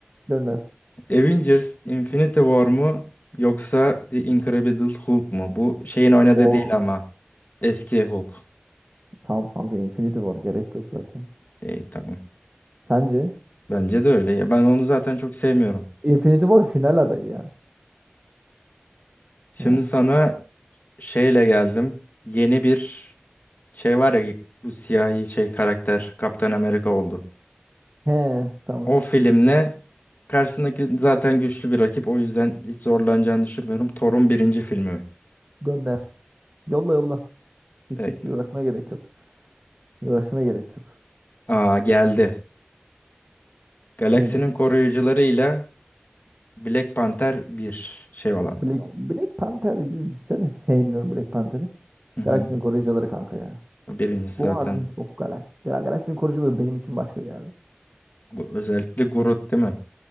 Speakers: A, on the right; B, on the left.
A: Gönder.
B: Avengers Infinity War mu yoksa The Incredible Hulk mu? Bu şeyin oynadığı
A: O
B: değil ama eski Hulk.
A: tamam kanka Infinity War gerek yok zaten.
B: İyi tamam.
A: Sence?
B: Bence de öyle ya. Ben onu zaten çok sevmiyorum.
A: Infinity War final adayı ya.
B: Şimdi
A: Ha.
B: sana şeyle geldim. Yeni bir Şey var ya bu siyahi şey karakter Kaptan Amerika oldu.
A: He tamam.
B: O filmle karşısındaki zaten güçlü bir rakip. O yüzden hiç zorlanacağını düşünmüyorum. Thor'un birinci filmi.
A: Gönder. Yolla yolla. Hiç
B: De-
A: hiç uğraşmaya gerek yok. Uğraşmaya gerek yok.
B: Aa geldi. Galaksinin
A: Nedir?
B: koruyucuları ile Black Panther bir şey olan.
A: Black, Tamam. Black Panther bir zaten sevmiyorum Black Panther'ı.
B: Hı hı.
A: Galaksinin koruyucuları kanka ya.
B: Birincisi
A: Guardians
B: zaten.
A: of Galaxy. Gal- Galaksinin koruyucuları benim için başka bir yerde.
B: Gu- Özellikle Groot değil mi?